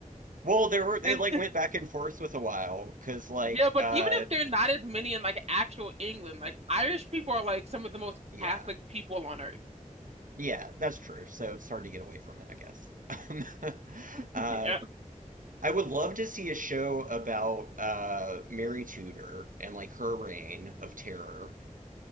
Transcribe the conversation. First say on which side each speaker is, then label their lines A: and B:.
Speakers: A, on the right; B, on the right.
A: well, there were they
B: And
A: like
B: it's-
A: went back and forth with a while because like
B: yeah, but
A: uh
B: even if they're not as many in like actual England, like Irish people are like some of the most
A: yeah.
B: Catholic people on earth.
A: Yeah, that's true. So it's hard to get away from it, I guess. <laughs>
B: <laughs>
A: Uh, I would love to see a show about uh, Mary Tudor and like her reign of terror.